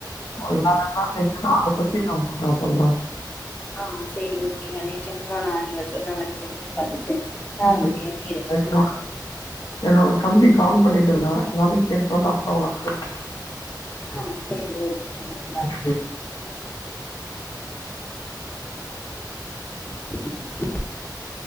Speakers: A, on the left; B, on the left.
A: <unintelligible> செஞ்சன்னா அத பத்தி நா உங் கிட்ட சொல்ற
B: ஆ சரி ஓகேங்க நிச்சயமா நா நீங்க சொன்ன மாரி செஞ்சு பாத்துட்டு அ உங்களுக்கு எப்டி கீதூ
A: என்னோட
B: கீழ்ச்டாங்ளா
A: என்னோட தம்பி கால் பண்ணிட்டு இருக்கான் ‌என்னான்னு கேட்டு வோனா அப்புறோ உனக் கால்
B: ஆ சரி ஓகேங்கே பை
A: பண்றேன்.
B: <unintelligible>